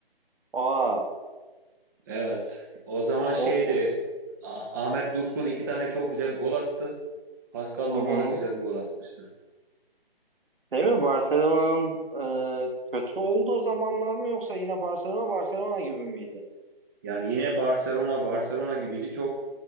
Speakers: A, on the right; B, on the right.
A: Aa
B: Evet. O zaman
A: o,
B: şeydi
A: o-
B: Ah- Ahmet Dursun iki tane çok güzel gol attı. Pascal
A: hı
B: Nouma
A: hı.
B: da güzel bir gol atmıştı.
A: Değil mi? Barcelona'nın e, kötü olduğu zamanlar mı yoksa yine Barcelona Barcelona gibi miydi?
B: Yani yine Barcelona Barcelona gibiydi. Çok